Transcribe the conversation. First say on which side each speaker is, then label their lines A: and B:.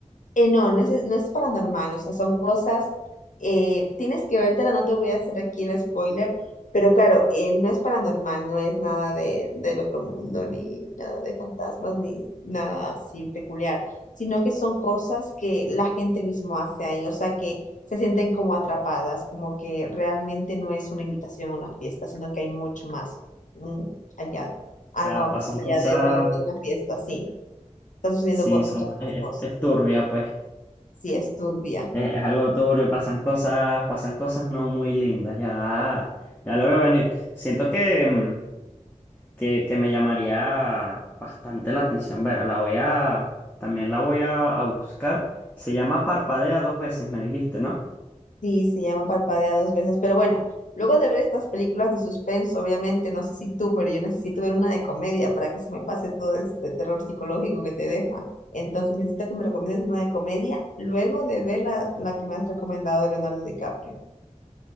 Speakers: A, on the left (about 80°); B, on the left (about 15°).
A: Eh, no, no es, no es paranormal, o sea, son cosas, eh, tienes que vértela, no te voy a hacer aquí el spoiler, pero claro, eh, no es paranormal, no es nada de, del otro mundo, ni nada de fantasmas, ni nada así peculiar, sino que son cosas que la gente mismo hace ahí, o sea, que se sienten como atrapadas, como que realmente no es una invitación a una fiesta, sino que hay mucho más mm, allá, algo
B: o sea, pasan
A: más
B: cosas
A: allá de, lo, de una fiesta, sí, están sucediendo
B: Sí,
A: co-
B: son,
A: muchas
B: es,
A: más cosas,
B: es turbia, pues.
A: sí, es turbia.
B: Es, es algo turbio, pasan cosas, pasan cosas no muy lindas, ya, ya lo veo venir. Siento que, mm, que, que me llamaría bastante la atención, Vera, la voy a, también la voy a, a buscar. Se llama Parpadea dos veces, me dijiste, ¿no?
A: Sí, se llama Parpadea dos veces, pero bueno, luego de ver estas películas de suspenso, obviamente, no sé si tú, pero yo necesito ver una de comedia para que se me pase todo este terror psicológico que te deja. Entonces necesito que me recomiendes una de comedia luego de ver la, la que me has recomendado de Leonardo DiCaprio.